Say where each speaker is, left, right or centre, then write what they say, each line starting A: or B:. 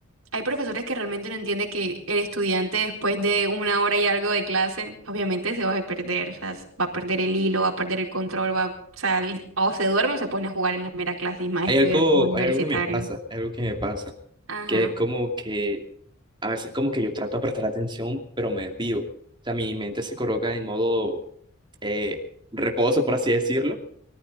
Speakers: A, on the right; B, on the right.
A: hay profesores que realmente no entienden que el estudiante después de una hora y algo de clase, obviamente se va a perder, o sea, s- va a perder el hilo, va a perder el control, va, a- o sea, el- o se duerme o se pone a jugar en la mera clase y más
B: Hay
A: estudiantes
B: algo,
A: universitarios.
B: hay algo que me pasa, hay algo que me pasa,
A: Ajá.
B: que es como que a veces como que yo trato de prestar atención, pero me desvío. O sea, mi mente se coloca en modo eh, reposo, por así decirlo,